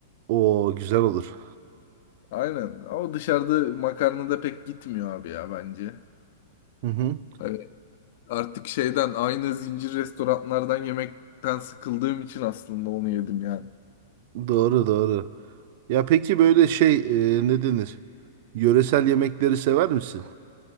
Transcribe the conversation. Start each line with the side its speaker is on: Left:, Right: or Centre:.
Right: O güzel olur.
Left: Aynen. Ama dışarıda makarna da pek gitmiyor abi ya bence.
Right: Hı hı.
Left: Hani artık şeyden aynı zincir restoranlardan yemekten sıkıldığım için aslında onu yedim yani.
Right: Doğru doğru. Ya peki böyle şey e, ne denir? Yöresel yemekleri sever misin?